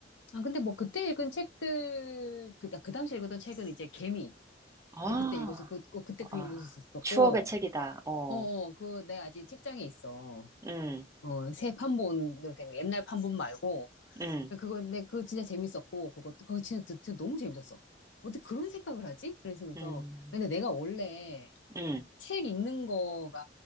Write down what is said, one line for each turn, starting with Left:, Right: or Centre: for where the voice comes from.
Left: 아, 근데 뭐 그때 읽은 책들, 그, 그 당시 읽었던 책은 이제 개미를
Right: 아,
Left: 그때 읽어서, 그, 어, 그때 그
Right: 아,
Left: 읽었었었고,
Right: 추억의 책이다. 어,
Left: 어, 어, 그, 내 아직 책장에 있어.
Right: 음,
Left: 어, 새 판본으로 된 거, 옛날 판본 말고.
Right: 음,
Left: 그거, 근데 그거 진짜 재밌었고, 그것도, 그거 진짜, 진짜 너무 재밌었어. 어떻게 그런 생각을 하지? 그래서,
Right: 음,
Left: 근데 내가 원래
Right: 음,
Left: 책 읽는 거가